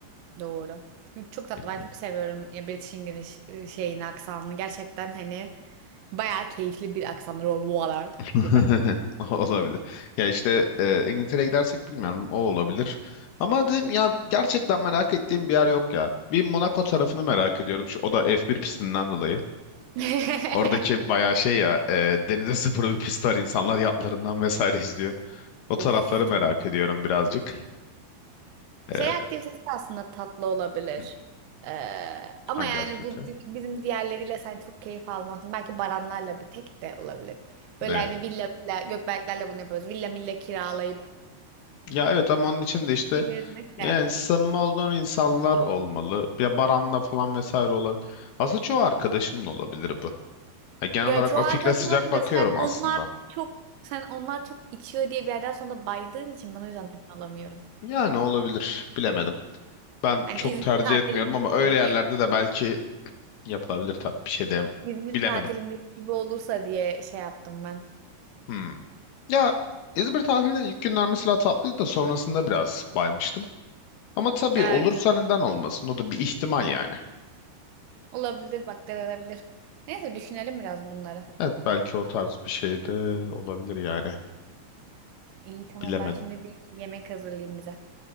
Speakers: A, on the right; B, on the left.
A: Doğru. Yok, çok tatlı.
B: Bilmiyorum.
A: Ben çok seviyorum e, British English e, şeyini, aksanını. Gerçekten hani bayağı keyifli bir aksanı. Roll water
B: <laughs>
A: gibi.
B: Olabilir. Ya işte e, İngiltere'ye gidersek bilmiyorum o olabilir. Ama dedim ya gerçekten merak ettiğim bir yer yok ya. Bir Monaco tarafını merak ediyorum. Şu, o da F1 pistinden dolayı.
A: <laughs>
B: Oradaki bayağı şey ya e, denize <laughs> sıfır bir pist var. İnsanlar yatlarından vesaire izliyor. O tarafları
A: Of
B: merak
A: çok.
B: ediyorum birazcık.
A: Şey
B: E,
A: aktivitesi de aslında tatlı olabilir.
B: hı,
A: Ee, ama
B: hangi
A: yani
B: aktivite?
A: bu di- bizim diğerleriyle sen çok keyif almazsın. Belki Baranlarla bir tek de olabilir.
B: Ne?
A: Böyle hani villa, villa Gökberklerle bunu yapıyoruz. Villa milla kiralayıp
B: Ya evet ama onun için de işte
A: gezmek
B: yani
A: de.
B: samimi olduğun insanlar olmalı. Ya Baran'la falan vesaire olabilir. Aslında çoğu arkadaşımla olabilir Ya genel
A: Ya
B: olarak
A: çoğu
B: o
A: arkadaşın
B: fikre sıcak
A: olabilir
B: bakıyorum
A: de sen
B: aslında.
A: onlar çok sen onlar çok içiyor diye bir yerden sonra baydığın için ben o yüzden emin olamıyorum.
B: Yani olabilir. Bilemedim. Ben
A: Hani
B: çok
A: İzmir
B: tercih
A: tatilindeki
B: etmiyorum ama öyle
A: gibi,
B: yerlerde de belki yapılabilir tabii. Bir şey de
A: İzmir
B: bilemedim.
A: tatilindeki gibi olursa diye şey yaptım ben.
B: Hmm. Ya İzmir tatilinin ilk günler mesela tatlıydı da sonrasında biraz baymıştım. Ama tabii
A: Evet,
B: olursa neden olmasın? O da bir ihtimal yani.
A: olabilir bak denenebilir. Neyse düşünelim biraz bunları.
B: Evet belki o tarz bir şey de olabilir yani.
A: İyi tamam
B: Bilemedim.
A: ben şimdi bir yemek hazırlayayım bize.